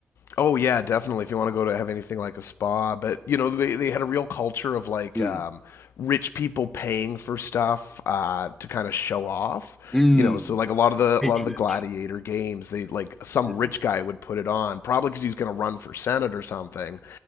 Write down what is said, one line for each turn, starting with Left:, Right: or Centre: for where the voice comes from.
Left: Oh yeah, definitely. If you want to go to have anything like a spa, but you know they they had a real culture of like
Centre: Mm.
Left: um, rich people paying for stuff uh, to kind of show off.
Centre: Mm,
Left: You know, so like a lot of the
Centre: patronage.
Left: a lot of the gladiator games, they like some
Centre: Yeah.
Left: rich guy would put it on, probably because he's going to run for senate or something